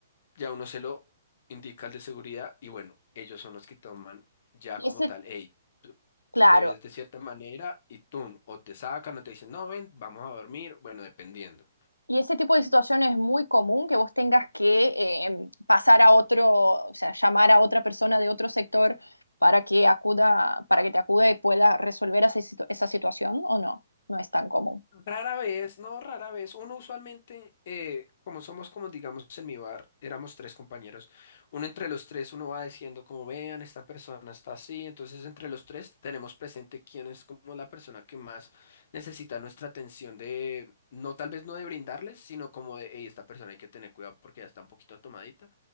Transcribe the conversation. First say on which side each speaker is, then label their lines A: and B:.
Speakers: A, on the left; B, on the left.
A: ya uno se lo indica al de seguridad y bueno, ellos son los que toman ya
B: Y
A: como
B: ese,
A: tal, hey, tú,
B: claro,
A: tú te ves de cierta manera y tú o te sacan o te dicen, no, ven, vamos a dormir, bueno, dependiendo.
B: y ese tipo de situación es muy común que vos tengas que eh, pasar a otro, o sea, llamar a otra persona de otro sector para que acuda, para que te acuda y pueda resolver esa, situ- esa situación, ¿o no? No es tan común.
A: Rara vez, no, rara vez. Uno usualmente, eh, como somos como digamos en mi bar, éramos tres compañeros. Uno entre los tres, uno va diciendo como vean, esta persona está así. Entonces entre los tres tenemos presente quién es como la persona que más necesita nuestra atención de, no tal vez no de brindarles, sino como de, hey esta persona hay que tener cuidado porque ya está un poquito tomadita.